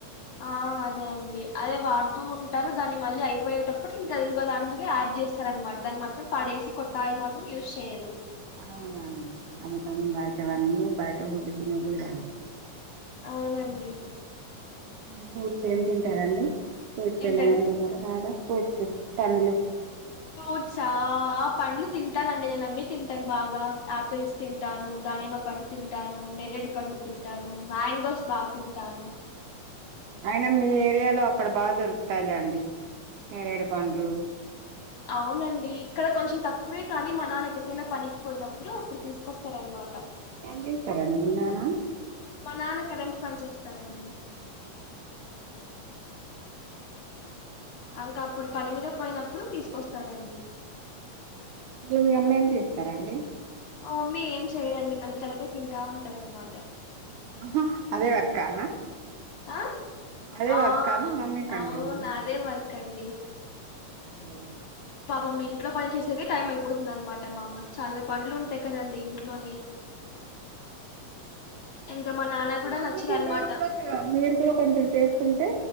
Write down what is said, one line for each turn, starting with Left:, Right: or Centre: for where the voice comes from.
Left: ఆ అదే అండి అదే వాడుతూ ఉంటారు దాన్ని మళ్ళీ అయిపోయేటప్పుడు ఇంక అది ఇంకోదాని మీద యాడ్ చేస్ ర దనమాట దాన్ని మాత్రం పడేసి కొత్త ఆయిలు మాత్రం యూస్ చేయరు
Right: అవునండి అవి తను బయటవన్నీ బయట ఫుడ్డు తినకూడదండి
Left: అవునండి
Right: మీరు ఫ్రూట్స్ని ని తింటారండి ఫ్రూట్స్మనా
Left: ఏంటండి
Right: తింటార బాగా ఫ్రూట్స్ పండ్లు
Left: ఫ్రూట్సా ఆ పండ్లు తింటానండి నేను అన్ని తింటాను బాగా ఆపిల్స్ తింటాను దానిమ పండు తింటాను నెర్రెడు పళ్లు తింటాను మ్యాంగోస్ బా తింటాను
Right: అయినా మీ ఏరియాలో అక్కడ బాగా దొరుకుతాయిలండి నేరెడు పండ్లు
Left: అవునండి ఇక్క కొంచెం తక్కువే కానీ మా నాన్న ఎక్కడికైనా పనికి పోయినప్పుడు అప్పుడు తీసుకొస్తారనమాట
Right: ఏం చేస్తారండి మీ నాన్న
Left: మా నాన్న కరెంట్ పని చేస్తారండి అంక అప్పుడు పని మీద పోయినప్పుడు తీసుకొస్తారండి
Right: మేము పన్నంక ఎస్తారండి
Left: మ మమ్మీ ఏం చేయరండి మన తలకాయ తింటా ఉంటారనమాట
Right: ఉహు అదే వర్కా
Left: ఆ
Right: అదే
Left: ఆ
Right: వర్కా మీ మమ్మీకండి
Left: అవును అదే వర్కండి
Right: ఉ
Left: పాపం ఇంట్లో పని చేసేకే టైం అయిపోతుందనమాట మా అమ్మకి చాలా పండ్లు ఉంటాయి కదండి ఇంట్లోనే ఇంకా మా నాన్న కూడా
Right: అందుకే
Left: నచ్చదు అనమాట
Right: మీరు కూడా మీరు కూడా కొంచెం చేస్తుంటే